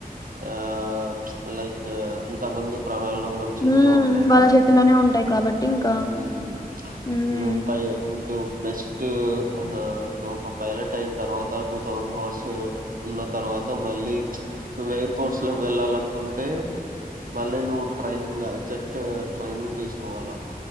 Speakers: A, on the right; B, on the left.
A: ఆ లైక్ ఇంత మంది ప్రనాల్ మన చేతిలో
B: హ్మ్.
A: ఉంటాయి
B: వాళ్ళ
A: కదా
B: చేతుల్లోనే ఉంటాయి కాబట్టి ఇంకా
A: హ్మ్
B: హ్మ్
A: ను పై దు బెస్ట్ తూ ఆ హా నువ్ ఒక పైలట్ అయిన తర్వాత టూతౌసండ్ అవర్స్ ఉన్న తర్వాత మళ్ళీ, నువ్ ఎయిర్ ఫోర్స్ లోకి వెళ్ళాల అనుకుంటే మళ్ళీ నువ్వు ట్రైనింగ్ జెట్ ట్రైనింగ్ తీసుకోవాలా.